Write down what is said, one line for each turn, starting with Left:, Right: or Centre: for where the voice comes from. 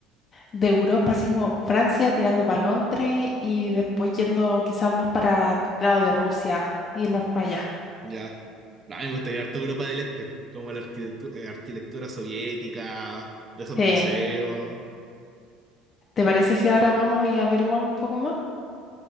Left: De Europa, así como Francia, tirando para Londres y después yendo quizás más para el lado de Rusia, irnos
Right: Mm,
Left: para allá.
Right: Ya. No, me gustaría harto Europa del Este, como la arquitectu- eh, arquitectura soviética, de esos
Left: Sí.
Right: museos.
Left: ¿Te parece si ahora vamos y averiguamos un poco más?